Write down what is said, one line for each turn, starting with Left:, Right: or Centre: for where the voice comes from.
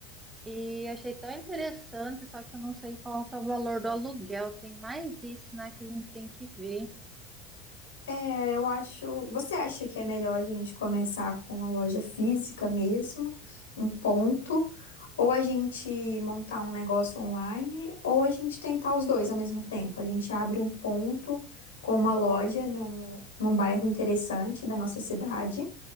Right: e achei tão interessante, só que eu não sei qual que é o valor do aluguel. Tem mais isso, né, que a gente tem que ver.
Left: É, eu acho. Você acha que é melhor a gente começar com a loja física mesmo, um ponto, ou a gente montar um negócio online, ou a gente tentar os dois ao mesmo tempo? A gente abre um ponto com uma loja num, num bairro interessante da nossa cidade,